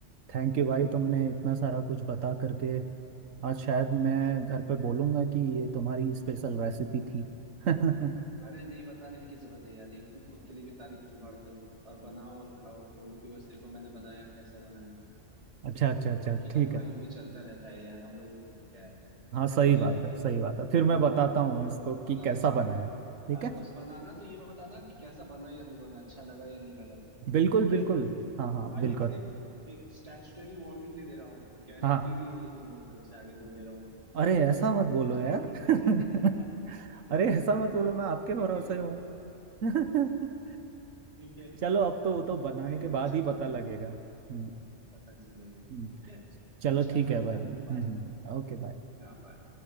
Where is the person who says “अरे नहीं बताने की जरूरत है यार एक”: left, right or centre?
Right